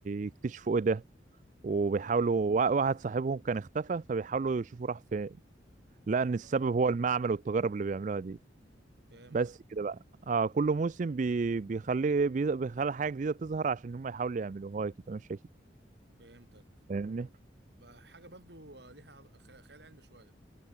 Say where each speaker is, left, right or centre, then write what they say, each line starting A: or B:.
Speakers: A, on the right; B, on the right.
A: يكتشفوا ايه ده وبيحاولوا
B: تمام.
A: وا- واحد صاحبهم كان اختفى فبيحاولوا يشوفوا راح فين لأن السبب
B: آه.
A: هو المعمل والتجارب اللي بيعملوها دي
B: فهمتك
A: بس كده بقى آه كل موسم بي بيخلي بي- بيخلي حاجة جديدة تظهر عشان هم يحاولوا يعملوها كده مش أكيد
B: فهمتك
A: فاهمني
B: بقى حاجة برضو آه، ليها عل- خ- خيال علمي شوية